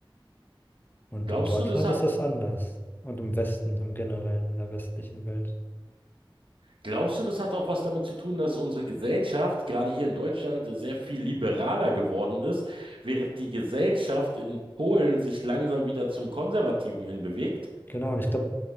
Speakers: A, on the left; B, on the right.
A: Und
B: glaubst
A: in Deutschland
B: du, das hat,
A: ist das anders. Und im Westen, im Generellen, in der westlichen Welt.
B: glaubst du, das hat auch was damit zu tun, dass unsere Gesellschaft gerade hier in Deutschland sehr viel liberaler geworden ist, während die Gesellschaft in Polen sich langsam wieder zum Konservativen hinbewegt?
A: Genau, und ich glaube,